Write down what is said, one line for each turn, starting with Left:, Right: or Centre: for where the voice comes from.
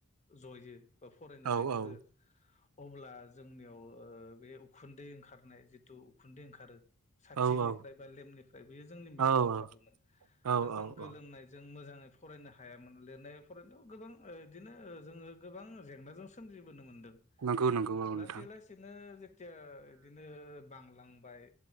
Left: जयो बा फरायनो
Right: औ
Left: नागिरो
Right: औ
Left: अब्ला जोंनियाव ओ बे उखुन्दै ओंखारनाय जिथु उखुन्दै ओंखारो साथिनिफ्राय
Right: औ औ
Left: बा लेमनिफ्राय बेयो जोंनि मेगनाव
Right: औ
Left: हाबोमोन आरो
Right: औ
Left: जों
Right: औ
Left: गोलोमनाय
Right: औ
Left: जों मोजाङै फरायनो हायामोन लिरनाय फरायनायाव गोबां बिदिनो जोङो गोबां जेंनाजों सोमजि मोनदों
Right: नंगौ नंगौ औ नोंथां
Left: लासै लासैनो जेथिआ इदिनो बां लांबाय